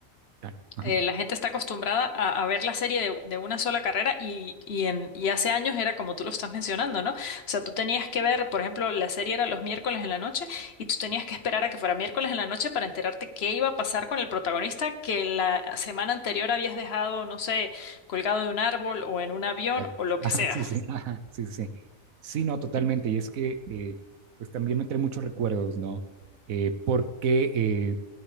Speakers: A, on the right; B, on the left.
A: claro, ajá.
B: eh, la gente está acostumbrada a, a ver la serie de, de una sola carrera y, y, en, y hace años era como tú lo estás mencionando, ¿no? O sea, tú tenías que ver, por ejemplo, la serie era los miércoles en la noche y tú tenías que esperar a que fuera miércoles en la noche para enterarte qué iba a pasar con el protagonista que la semana anterior habías dejado, no sé, colgado de un árbol o en un avión
A: Exacto.
B: o lo
A: <laughs> Ajá,
B: que sea.
A: sí, sí, ajá, sí, sí. Sí, Sí, no, totalmente. Y es que, eh, pues también me trae muchos recuerdos, ¿no? Eh, porque eh,